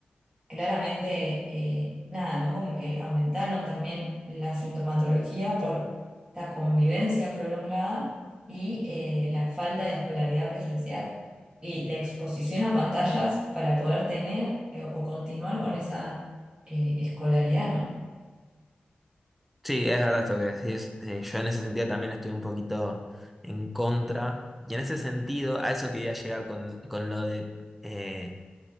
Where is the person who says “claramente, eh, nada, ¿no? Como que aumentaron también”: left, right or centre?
Right